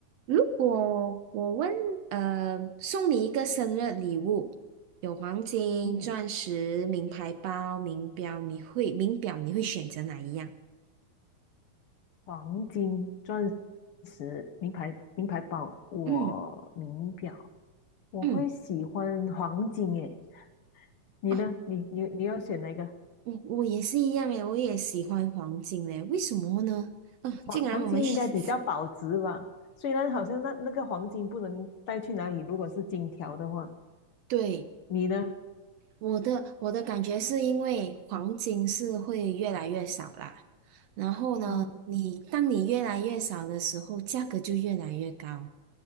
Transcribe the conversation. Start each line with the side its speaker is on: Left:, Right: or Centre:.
Right: 如果我问，呃，送你一个生日礼物，有黄金、
Left: 嗯，
Right: 钻石、名牌包、名表，你会名表你会选择哪一样？
Left: 黄金、钻石、名牌、名牌包，我名表，
Right: 嗯
Left: 我会喜欢黄金诶。
Right: 嗯，
Left: 你呢？
Right: 哦，
Left: 你你你要选哪一个？
Right: 我我也是一样诶，我也喜欢黄金诶，为什么呢？啊、
Left: 黄黄金应该比较保值吧？
Right: 竟然我们是是
Left: 虽然好像那那个黄金不能带去哪里，如果是金条的话，
Right: 对
Left: 你呢？
Right: 我的我的感觉是因为黄金是会越来越少啦，然后呢，
Left: 啊，
Right: 你当你越来越少的时候，价格就越来越高。